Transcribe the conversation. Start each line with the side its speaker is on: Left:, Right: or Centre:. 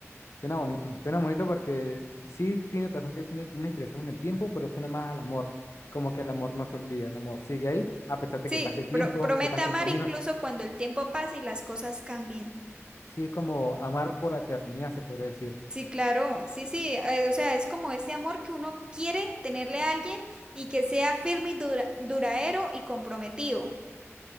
Left: Suena bonito, suena bonito porque sí tiene razón que tiene como una inspiración en el tiempo, pero suena más al amor, como que el amor no se olvida, el amor sigue ahí, a pesar de
Right: Sí,
Left: que pase tiempo,
Right: pro- promete
Left: que pasen
Right: amar
Left: caminos,
Right: incluso cuando el tiempo pase y las cosas cambien.
Left: sí es como amar por la eternidad, se podría decir.
Right: Sí, claro, sí, sí, eh, o sea, es como ese amor que uno quiere tenerle a alguien y que sea firme y dura- duradero y comprometido.